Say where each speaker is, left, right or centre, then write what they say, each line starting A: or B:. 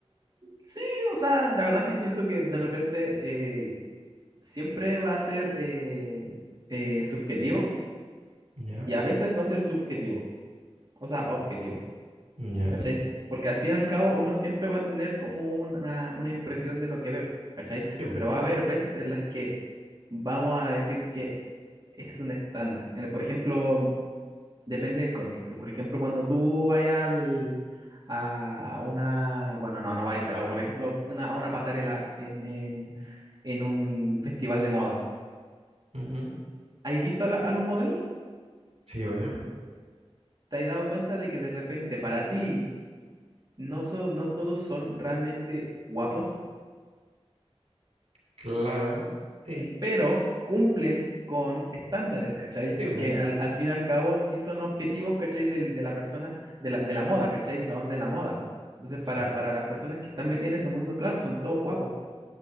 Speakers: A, on the right (about 40°); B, on the right (about 85°).
A: sí, o sea, la verdad es que pienso que de repente eh, siempre va a ser eh, eh, subjetivo
B: Ya,
A: y a veces va a ser subjetivo, o sea, objetivo,
B: ya.
A: ¿cachai? Porque al fin y al cabo uno siempre va a tener como una, una impresión de lo que ve, ¿cachai?
B: Sí, po.
A: Pero va a haber veces en las que vamos a decir que es un estándar. En el- por ejemplo, Depende del contexto. Por ejemplo, cuando tú vayas al- a una, bueno, no, no vais, pero por ejemplo, una- a una pasarela en, en, en un festival de moda,
B: Ujú.
A: ¿has visto a, la- a los modelos?
B: Sí, obvio.
A: ¿Te has dado cuenta de que de repente para ti no, so- no todos son realmente guapos,
B: Claro. Sí,
A: pero cumplen con estándares, ¿cachai?
B: sí, po.
A: Que al, al fin y al cabo sí son objetivos, ¿cachai? Del- de la persona, de la, de la moda, ¿cachai? La onda de la moda. Entonces, para,
B: Sí,
A: para las personas que están metidas en ese mundo, claro, son todos guapos.